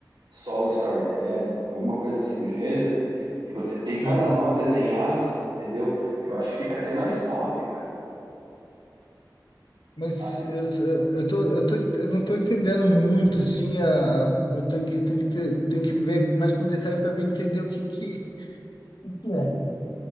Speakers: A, on the right; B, on the left.
A: solo storytelling, entendeu? Alguma coisa assim do gênero, que você tem cada
B: é.
A: nó desenhado, entendeu? Eu acho que fica até mais top, cara.
B: Mas
A: A te-
B: eu, eu, eu tô, eu tô, eu não tô entendendo muito, sim, a, a- eu tenho que, tenho que ter, tenho que ver mais com detalhe para entender o que que, o que é.